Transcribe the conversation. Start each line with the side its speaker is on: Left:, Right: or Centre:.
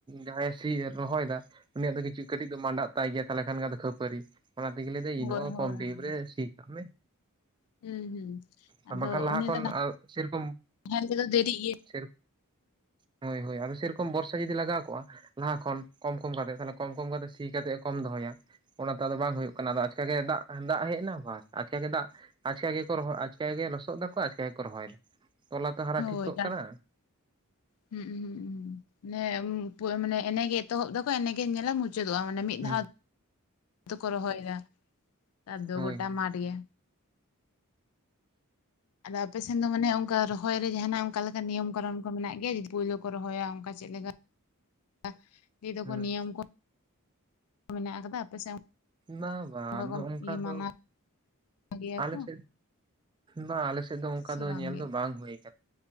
Right: ᱡᱟᱦᱟᱸᱭᱮ ᱥᱤ ᱨᱚᱦᱚᱭ ᱫᱟ ᱩᱱᱤᱭᱟᱜ ᱫᱚ ᱠᱤᱪᱷᱩ ᱠᱟᱹᱴᱤᱡ ᱫᱚ ᱢᱟᱸᱰᱟᱜ ᱛᱟᱭ ᱜᱮᱭᱟ। ᱛᱟᱦᱚᱞᱮ ᱠᱷᱟᱱ ᱜᱮ ᱟᱫᱚ ᱠᱷᱟᱹᱯᱟᱹᱨᱤ ᱚᱱᱟ ᱛᱮᱜᱮ ᱞᱟᱹᱭ ᱮᱫᱟ
Left: ᱦᱳᱭ
Right: ᱤᱧ ᱦᱚᱸ
Left: ᱦᱳᱭ
Right: ᱠᱚᱢ ᱴᱟᱭᱤᱢ
Left: ᱦᱳᱭ
Right: ᱨᱮ ᱥᱤ ᱠᱟᱜ ᱢᱮ।
Left: ᱦᱩᱸ ᱦᱩᱸ
Right: ᱦᱮᱸ
Left: ᱟᱫᱚ
Right: ᱵᱟᱝᱠᱷᱟᱱ ᱞᱟᱦᱟ
Left: ᱩᱱᱤ
Right: ᱠᱷᱚᱱ
Left: ᱫᱚ
Right: ᱥᱮᱨᱚᱠᱚᱢ
Left: ᱱᱟᱦᱮᱞ ᱛᱮ ᱫᱚ ᱫᱮᱨᱤᱜ ᱜᱮᱭᱟᱹ।
Right: ᱥᱮᱨᱚᱠᱚᱢ ᱦᱳᱭ ᱦᱳᱭ ᱟᱫᱚ ᱥᱮᱨᱚᱠᱚᱢ ᱵᱚᱨᱥᱟ ᱡᱩᱫᱤ ᱞᱟᱜᱟᱣ ᱠᱚᱜᱼᱟ ᱞᱟᱦᱟ ᱠᱷᱚᱱ ᱠᱚᱢ ᱠᱚᱢ ᱠᱟᱛᱮᱜ ᱛᱟᱦᱚᱞᱮ ᱠᱚᱢ ᱠᱚᱢ ᱠᱟᱛᱮ ᱥᱤ ᱠᱟᱛᱮᱜ ᱠᱚᱢ ᱫᱚᱦᱚᱭᱟ। ᱚᱱᱟ ᱛᱚ ᱟᱫᱚ ᱵᱟᱝ ᱦᱩᱭᱩᱜ ᱠᱟᱱᱟ ᱟᱫᱚ ᱟᱪᱠᱟ ᱜᱮ ᱫᱟᱜ ᱫᱟᱜ ᱦᱮᱡ ᱮᱱᱟ ᱵᱟᱥ, ᱟᱪᱠ ᱜᱮ ᱫᱟᱜ ᱟᱪᱠᱟ ᱜᱮᱠᱚ ᱨᱚᱦᱚ, ᱟᱪᱠᱟ ᱜᱮ ᱞᱚᱥᱚᱫ ᱫᱟᱠᱚ ᱟᱪᱠᱟ ᱜᱮᱠᱚ ᱨᱚᱦᱚᱭᱮᱫᱟ ᱛᱚᱞᱟ ᱛᱚ ᱦᱟᱨᱟ
Left: ᱦᱳᱭ
Right: ᱴᱷᱤᱠ ᱠᱚᱜ
Left: ᱦᱩᱸ
Right: ᱠᱟᱱᱟ।
Left: ᱦᱩᱸ ᱦᱩᱸ ᱢᱟᱱᱮ <inaudible> ᱮᱱᱮ ᱜᱮ ᱮᱛᱚᱦᱚᱵ ᱮᱟᱠᱚ ᱮᱱᱮᱜᱮ ᱧᱮᱞᱟᱢ ᱢᱩᱪ ᱪᱮᱫᱚᱜᱼᱟ ᱢᱟᱱᱮ ᱢᱤᱫ
Right: ᱦᱩᱸ
Left: ᱫᱷᱟᱣ ᱛᱮ ᱠᱚ ᱨᱚᱦᱚᱭᱮᱫᱟ ᱱᱮᱛᱟᱨ ᱫᱚ
Right: ᱦᱳᱭ
Left: ᱜᱚᱴᱟ
Right: ᱦᱳᱭ
Left: ᱢᱟᱴ ᱜᱮ। ᱟᱯᱮᱥᱮᱱ ᱫᱚ ᱢᱟᱱᱮ ᱚᱱᱠᱟ ᱨᱚᱦᱚᱭ ᱨᱮ ᱡᱟᱦᱟᱱᱟᱜ ᱚᱱᱠᱟ ᱞᱮᱠᱟ ᱱᱤᱭᱚᱢ ᱠᱟᱱᱚᱱ ᱠᱚ ᱢᱮᱱᱟᱜ ᱜᱮᱭᱟ ᱯᱩᱭᱞᱳ ᱠᱚ ᱨᱚᱦᱚᱭᱟ ᱚᱱᱠᱟ ᱪᱮᱫ ᱞᱮᱠᱟ? ᱟ ᱞᱟᱹᱭ ᱫᱚᱠᱚ
Right: ᱦᱳᱭ
Left: ᱱᱤᱭᱚᱢ ᱠᱚ ᱢᱮᱱᱟᱜ ᱟᱠᱟᱫᱟ ᱟᱯᱮ ᱥᱮᱫ
Right: ᱵᱟᱝ ᱵᱟᱝ ᱟᱫᱚ
Left: ᱠᱚ
Right: ᱚᱱᱠᱟ
Left: ᱤᱭᱟᱹ
Right: ᱫᱚ
Left: ᱢᱟᱱᱟᱣ ᱜᱮᱭᱟ
Right: ᱟᱞᱮ
Left: ᱠᱚ
Right: ᱥᱮᱫ ᱵᱟᱝ ᱟᱞᱮ ᱥᱮᱫ ᱫᱚ ᱚᱱᱠᱟ
Left: ᱥᱮ
Right: ᱫᱚ
Left: ᱵᱟᱝᱜᱮ
Right: ᱧᱮᱞ ᱫᱚ ᱵᱟᱝ ᱦᱩᱭ ᱟᱠᱟᱱᱟ।